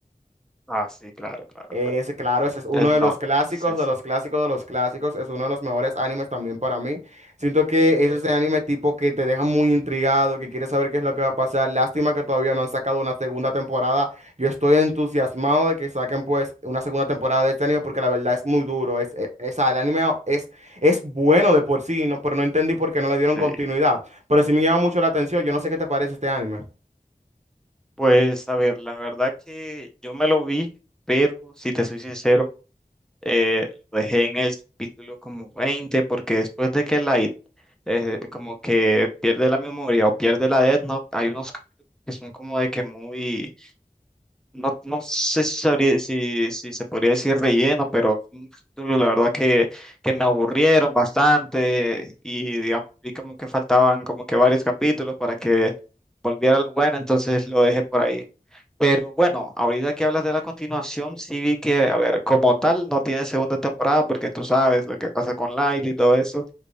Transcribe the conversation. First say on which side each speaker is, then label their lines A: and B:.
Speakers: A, in the centre; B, on the right.
A: Ah, sí, claro, claro,
B: Ese,
A: claro.
B: claro, ese es uno
A: Death
B: de
A: Note,
B: los clásicos,
A: sí,
B: de
A: sí.
B: los clásicos, de los clásicos. Es uno de los mejores animes también para mí. Siento que
A: Pero
B: es ese anime tipo que te deja muy intrigado, que quieres saber qué es lo que va a pasar. Lástima que todavía no han sacado una segunda temporada. Yo estoy entusiasmado de que saquen pues una segunda temporada de este anime porque la verdad es muy duro. Es, es, es- el anime es, es bueno de por sí, no, pero no entendí por qué no le dieron continuidad.
A: Sí.
B: Pero sí me llama mucho la atención. Yo no sé qué te parece este anime.
A: Pues a ver, la verdad que yo me lo vi, pero si te soy sincero, eh, lo dejé en el capítulo como 20 porque después de que Light eh, como que pierde la memoria o pierde la Death Note, hay unos capítulos que son como de que muy no, no sé si, sabría- si, si se podría decir relleno, pero mm, la verdad que, que me aburrieron bastante y digamos, vi como que faltaban como que varios capítulos para que volviera lo bueno, entonces lo dejé por ahí. Pero bueno, ahorita que hablas de la continuación, sí vi que, a ver, como tal, no tiene segunda temporada porque tú sabes lo que pasa con Light y todo eso,